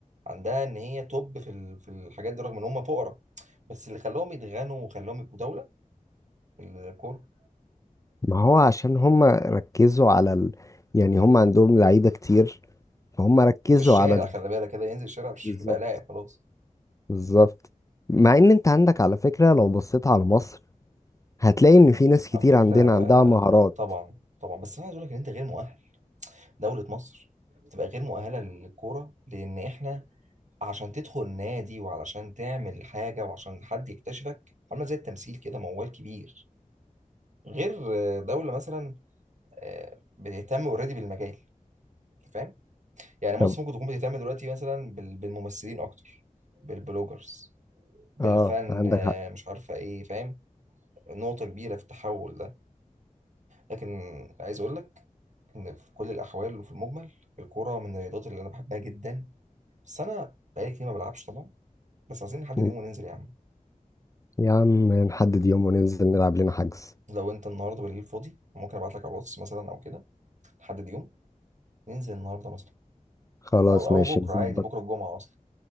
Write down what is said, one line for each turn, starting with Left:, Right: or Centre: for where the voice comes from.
Right: عندها ان هي توب في ال- في الحاجات دي رغم ان هم فقراء بس اللي خلاهم يتغنوا وخلاهم يبقوا دوله الكوره
Left: ما هو عشان هم ركزوا على ال... يعني هم عندهم لعيبة كتير فهم ركزوا
Right: وفي الشارع
Left: على ال...
Right: خلي بالك كده ينزل الشارع مش
Left: بالظبط
Right: يبقى لاعب خلاص
Left: بالظبط مع ان انت عندك على فكرة لو بصيت على مصر هتلاقي ان في ناس كتير
Right: على فكرة
Left: عندنا عندها مهارات
Right: طبعا طبعا بس انا عايز اقول لك ان انت غير مؤهل دولة مصر بتبقى غير مؤهلة للكورة لان احنا عشان تدخل نادي وعلشان تعمل حاجة وعشان حد يكتشفك عاملة زي التمثيل كده موال كبير غير دولة مثلا آه، بتهتم اوريدي بالمجال أنت فاهم يعني مصر
Left: طب
Right: ممكن تكون بتهتم دلوقتي مثلا بال- بالممثلين اكتر بالبلوجرز بالفن
Left: اه عندك
Right: آه،
Left: حق
Right: مش عارفة ايه فاهم نقطة كبيرة في التحول ده لكن عايز اقول لك إن في كل الأحوال وفي المجمل الكورة من الرياضات اللي أنا بحبها جدا بس أنا بقالي كتير ما بلعبش طبعا بس عايزين نحدد
Left: مم.
Right: يوم وننزل يا عم
Left: يا عم نحدد يوم وننزل نلعب لنا حجز
Right: لو أنت النهاردة بالليل فاضي ممكن أبعت لك على الواتس مثلا أو كده نحدد يوم ننزل النهاردة مثلا
Left: خلاص
Right: أو أو
Left: ماشي
Right: بكرة
Left: نظبط
Right: عادي بكرة الجمعة أصلا